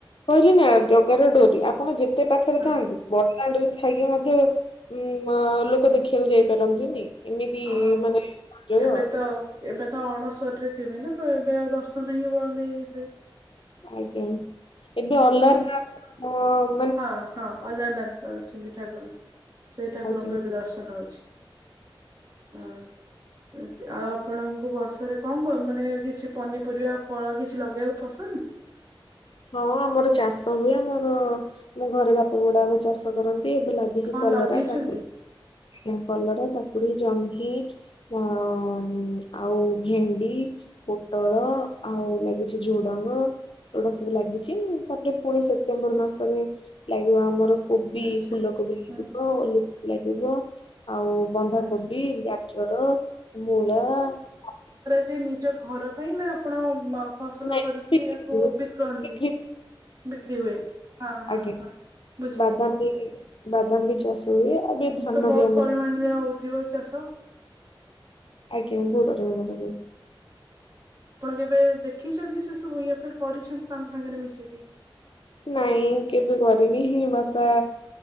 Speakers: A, on the left; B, on the right.
A: କହିଲି ନା ଜଗାର ଡୋରି ଆପଣ ଯେତେ ପାଖରେ
B: ହଁ
A: ଥାନ୍ତୁ ବଡଦାଣ୍ଡରେ ଥା ଥାଇକି ମଧ୍ୟ ଉଁ ଲୋକ ଦେଖିବାକୁ ଯାଇପାରନ୍ତିନି। ଏମିତି
B: ହଁ
A: ମାନେ ସଂଯୋଗ
B: ଏବେ ତ ଏବେ ତ ଅଣସରରେ ଥିବେ ନା ତ ଏବେ ଆଉ ଦର୍ଶନ ହିଁ ବନ୍ଦ ହେଇଯାଇଥାଏ।
A: ଆଜ୍ଞା ଏବେ ଅଲାରନାଥ ଙ୍କ
B: ହଁ ହଁ ଅଲରନାଥ ଅଛନ୍ତି ଠାକୁର ସେଇ ଠାକୁରଙ୍କୁ
A: ଆଜ୍ଞା
B: ଏବେ ଦର୍ଶନ ନଉଚି ହଁ ଏ ଆଉ ଆପଣଙ୍କୁ ବର୍ଷାରେ କଣ କ ମାନେ କିଛି ପନିପରିବା ଫଳ କିଛି ଲଗେଇବାକୁ ପସନ୍ଦ? ହଁ <inaudible>
A: ହଁ ଆମର ଚାଷ ହୁଏ ଆମର ଆମ ଘରେ ବାପା ବଡବାପା ଚାଷ କରନ୍ତି। ଏବେ ଲାଗିଚି
B: କଣ
A: କଲରା
B: ଲଗେଇଛନ୍ତି
A: କାକୁଡ଼ି ଆଜ୍ଞା କଲରା କାକୁଡି। କକୁଡି ଜହ୍ନି ଆଉ ଆଉ ଭେଣ୍ଡି ପୋଟଳ ଆଉ ଲାଗିଛି ଝୁଡଙ୍ଗଫ ଏଗୁଡା ସବୁ ସବୁ ଲାଗିଛି ତାପରେ ପୁଣି ସେପ୍ଟେମ୍ବର ମାସରେ ଲାଗିବ ଆମର କୋବି
B: ଆଚ୍ଛା
A: ଫୁଲକୋବି
B: ହୁଁ
A: ଲାଗିବ ଉଲୁକୋବି ଲାଗିବ ଆଉ ବନ୍ଧାକୋବି
B: ଆଚ୍ଛା
A: ଗାଜର ମୂଳା ଆ
B: ଯେ ନିଜ ଘର ପାଇଁ ନା ଆପଣ ମ ଫସଲ
A: ନାଇଁ
B: କରିକି
A: ବିକ୍ରି
B: ଆକୁ
A: ହୁଏ,
B: ବିକନ୍ତି?
A: ବିକ୍ରି
B: ବିକ୍ରି ହୁଏ ହଁ ହଁ
A: ଆଜ୍ଞା
B: ହ ବୁଝିଲି।
A: ବାଦାମ ବି ବାଦାମ ବି ଚାଷ ହୁଏ ଏବେ ଧାନ
B: ତ ବହୁତ
A: ବି ଆମର
B: ପରିମାଣରେ ହଉଥିବ ଚାଷ?
A: ଆଜ୍ଞା
B: ହଁ
A: ବହୁତ ପରିମାଣ ରେ ହୁଏ।
B: ଆପଣ କେବେ ଦେଖିଛନ୍ତି ସେ ସବୁ ଇଏ ଫିର କରିଛନ୍ତି ତାଙ୍କ ସାଙ୍ଗରେ ମିଶିକି?
A: ନାଇଁ କେବେ କରିନିିଁ ବାପା